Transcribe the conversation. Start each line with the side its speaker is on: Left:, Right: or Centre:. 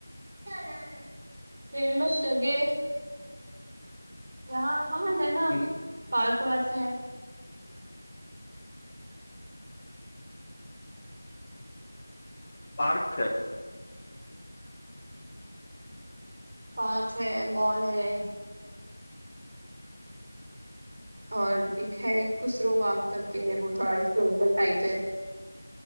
Right: ہے فیمس جگہ یہاں ہاں ہے نا
Left: ہوں،
Right: پارک واس ہے
Left: پارک ہے
Right: پارک ہے مال ہے اور ایک ہے خسرو باگ کرکے وہ تھوڑا ایک پٹل ٹائپ ہے